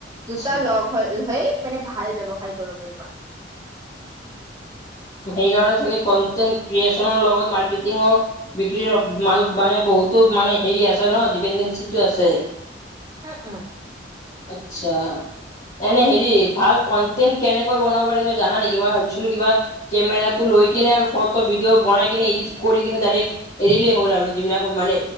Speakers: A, on the left (about 40°); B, on the right (about 20°).
A: আচ্ছা
B: দুটা লগ হ - হৈ মানে ভাল ব্য়ৱসায় কৰিব পাৰিবা।
A: সেই কাৰণে, চাগে কনটেন্ট ক্ৰিয়েচনৰ লগত মাৰ্কেটিঙৰ বিক্ৰীৰ মাজত মানে বহুতো মানে হেৰি আছে ন ডিপেনডেঞ্চিটো আছে।
B: উম, উম।
A: আত্ছা, এনে হেৰি ভাল কন্টেনট কেনেকৈ বনাব পাৰি কিবা- জানা নেকি? মই ভাবিছিলো কিবা- কেমেৰাটো লৈ কিনে আৰু ফটো ভিডিঅ বনাই কিনে এডিট কৰি কিনে ডাইৰেক্- এৰিলেই হ'ল আৰু যিবিলাকত মানে